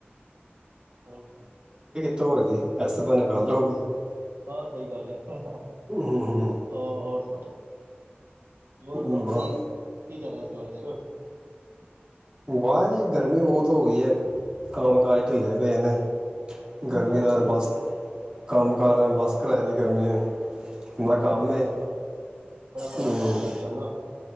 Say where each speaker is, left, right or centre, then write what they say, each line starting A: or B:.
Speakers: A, on the right; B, on the right.
A: ਹੋ।
B: ਤੋਰ <unintelligible> ਸ ਬਾਨੇ ਗੱਲ ਹੋ ਗਈ।
A: ਹਾਂ ਸਹੀ ਗੱਲ ਹੈ,
B: ਹੂੰ ਹੂੰ
A: ਔਰ ਸੁਣਾਓ? ਹੋਰ
B: ਹੂੰ
A: ਸੁਣਾਓ
B: ਬਾ-
A: ਕੀ ਕਿ ਚਲ ਰਿਹਾ ਅੱਜ-ਕਲ ਲਾਈਫ ਚ'? <inaudible>
B: ਬਾਰ ਜੀ ਗਰਮੀ ਬਹੁਤ ਹੋ ਗਈ ਹੈ। ਕੰਮ ਕਾਜ ਢਿੱਲੇ ਪਏ ਨੇ।
A: ਕੰਮ
B: ਗਰਮੀ
A: ਕਾਰ ਵਾਸਤੇ
B: ਦਾ
A: ਬੜਾ
B: ਬਸ ਕੰਮ ਕਾਰ
A: ਬੜਾ
B: ਬੱਸ ਕਰਾਏ ਦੀ ਗਰਮੀ ਨੇ। ਨਾ ਕੰਮ
A: ਬੜੀ
B: ਏ
A: ਬੁਰਾ ਬੜਾ ਬੁਰਾ
B: ਹੂੰ
A: ਹਾਲ ਹੈ ਕੰਮ‌‌ ਦਾ‌‌ ਇਸ ਟਾਈਮ ਨਾ